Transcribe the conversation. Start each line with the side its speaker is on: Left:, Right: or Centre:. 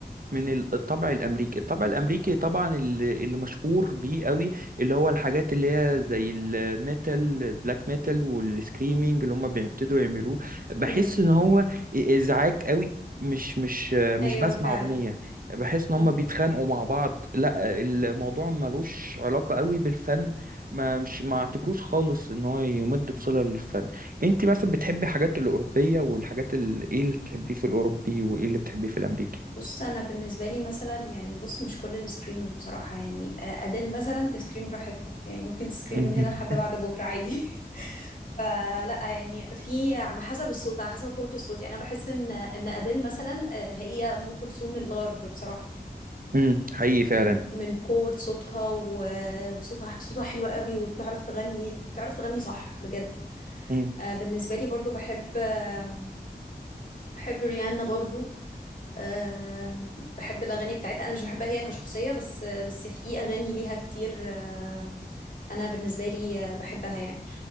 Right: من ال- الطبع الامريكي الطبع الامريكي طبعا ال- اللي مشهور بيه قوي اللي هو الحاجات اللي هي زي الميتال البلاك ميتال والسكريمينج اللي هم بيبتدوا يعملوه بحس
Left: امم
Right: ان هو ازعاج قوي مش مش مش
Left: ايوه
Right: بسمع
Left: فعلا
Right: اغنيه بحس ان هم
Left: مم.
Right: بيتخانقوا مع بعض لا الموضوع ملوش علاقه قوي بالفن ما مش ما اعتبروش خالص ان هو يمد بصله للفن انت مثلا بتحبي حاجات الاوروبيه والحاجات ال- ايه اللي بتحبيه في الاوروبي وايه اللي بتحبيه في الامريكي
Left: بص انا بالنسبه لي مثلا يعني بص مش كل السكريمنج بصراحه يعني آه، اديل مثلا تسكريم براحتها يعني ممكن تسكريم
Right: <laughs>
Left: من هنا لحد بعد بكره عادي <laughs> فلا يعني في على حسب الصوت على حسب قوه الصوت يعني انا بحس ان ان اديل مثلا آه، هي ام كلثوم الغرب بصراحه
Right: امم حقيقي فعلا
Left: آه، م- من قوه صوتها و- وصوتها صوتها حلو قوي وبتعرف تغني بتعرف تغني صح بجد
Right: مم.
Left: آه، بالنسبه لي برضو بحب آه، بحب ريانا برضو أه بحب الأغاني بتاعتها أنا مش بحبها هي كشخصية بس بس في أغاني ليها كتير أه أنا بالنسبة لي آه، بحبها يعني